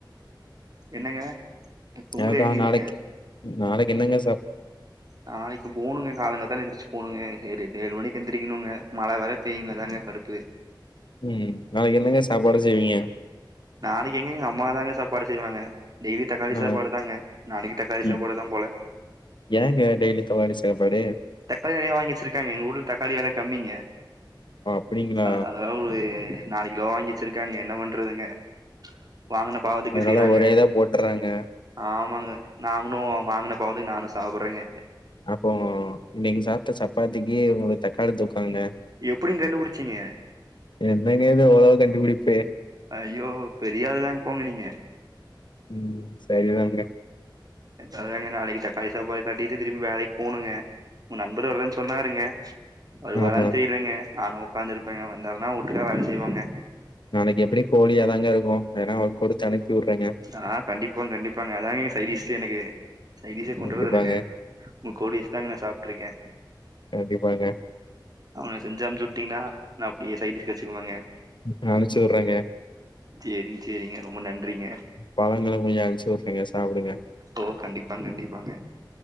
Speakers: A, on the right; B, on the left.
A: என்னங்க உங்களே
B: எனக்லா
A: எண்ணி
B: நாளைக்
A: நீங்க
B: நாளைக்கு என்னங்க சாப்
A: நாளைக்கு போணுங்க காலங்காத்தால எந்திர்ச்சி போணுங்க ஏ ஏழு மணிக்கு எழுந்திரிகணுங்க மழ வேற பெய்யுங்க அதாங்க கடுப்பு
B: ம் நாளைக்கு என்னங்க சாப்பாடு செய்வீங்க
A: நாளகி எங்கங்க அம்மா தாங்க சாப்பாடு செய்வாங்க டெய்லி தக்காளி
B: ஆ
A: சாப்பாடு தாங்க நாளகி தக்காளி
B: இ
A: சாப்பாடுதா போல
B: ஏங்க டெய்லி தக்காளி சாப்பாடு
A: தக்காளி நெறய வாங்கிவச்சிருகாங்க எங்க ஊர்ல தக்காளி வெல கம்மிங்க
B: ஓ அப்டிங்களா
A: அதனால த வு ஒரு நாலு கிலோ வாங்கிவச்சிருகாங்க என்ன பண்றதுங்க வாங்ன பாவுத்துக்கு
B: அதனால
A: செய்றாங்க
B: ஒரே இதா போட்டுறாங்க
A: ஆமாங்க நாங்ணு வாங்குன பாவதுக்கு நானு சாப்புட்றங்க
B: அப்போ நீங்க சாப்ட்ட சப்பாத்திக்கு உங்ளுக்கு தக்காளி தொக்காங்க
A: எப்டிங்க கண்டுபுடிச்சீங்க
B: என்னங்க இது இவ்ளோ கண்டுபிடிப்பு
A: ஐயோ பெரியா ஆளு தா போங்க நீங்க
B: ம் செரிதாங்க
A: அ அதாங்க நாளைக்கி தாக்காளி சாப்பாடு கட்டிட்டு திருப்பி வேலைக்கி போணுங்க நண்பர் வருவேன் சொன்னாருங்க வருவாரன்
B: ஆ
A: தெரிலங்க நானு ஒக்காந்துருப்பேங்க வந்தாருன்னா ஒட்டுக்கா வேல செய்வோங்க
B: நாளைக்கி எப்டியு கோழியாதாங்க இருக்கு வேனா ஒன் குடுத்து அனுப்பி உட்றங்க
A: அ கண்டிப்பாங் கண்டிப்பாங்க அதாங்க இங்க சைடீஸ்ஸே எனக்கு சைடீஸே கொண்டுவரதே
B: கண்டிப்பாங்க
A: இல்லிங்க உங்க கோழி வச்சு தாங்க நா சாப்ட்ருக்கே
B: கண்டிப்பாங்க
A: அவன செஞ்சு அமிச்சு வுட்டீங்னா நா அப்டியே சைடீஸுக்கு வச்சுக்குவேங்க
B: ம் அனுச்சி உட்றங்க
A: சேரி சேரிங்க ரொம்ப நன்றிங்க
B: பழங்களு கொஞ்ச அனுச்சு உட்ரங்க சாப்டுங்க
A: ஓ கண்டிப்பாங் கண்டிப்பாங்க